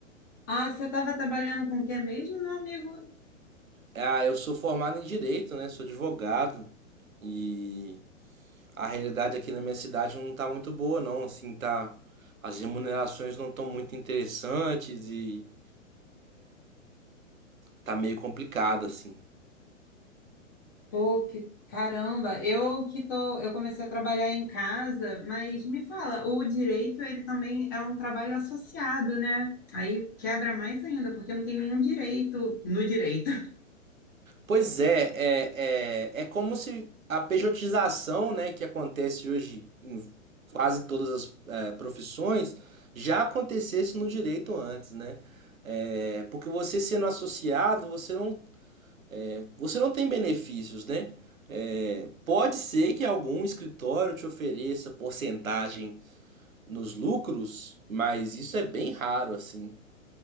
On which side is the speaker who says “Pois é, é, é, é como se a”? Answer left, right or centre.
Right